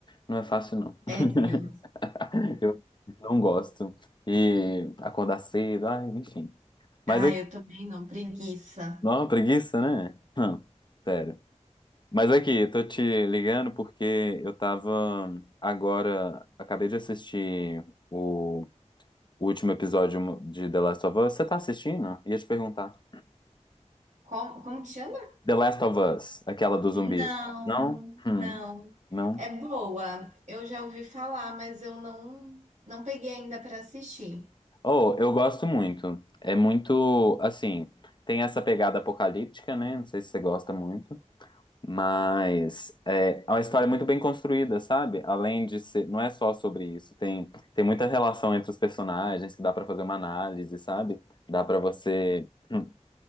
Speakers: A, on the left (about 40°); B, on the right (about 70°).
A: não é fácil, não.
B: É,
A: <laughs>
B: tenso.
A: <laughs> Eu não gosto. E acordar cedo, ai, enfim. Mas
B: Ah,
A: aqui,
B: eu também não, preguiça.
A: não, preguiça, né? Hum, sério. Mas aqui, tô te ligando porque eu tava agora, acabei de assistir o, o último episódio de The Last of Us. Você tá assistindo? Ia te perguntar.
B: Como, como que chama?
A: The Last of Us, aquela dos
B: Não,
A: zumbis. Não? Hum,
B: não.
A: não.
B: É boa. Eu já ouvi falar, mas eu não, não peguei ainda para assistir.
A: Oh, eu gosto muito. É muito, assim, tem essa pegada apocalíptica, né? Não sei se você gosta muito. Mas é, é uma história muito bem construída, sabe? Além de ser, não é só sobre isso, tem, tem muita relação entre os personagens que dá pra fazer uma análise, sabe? Dá pra você hum,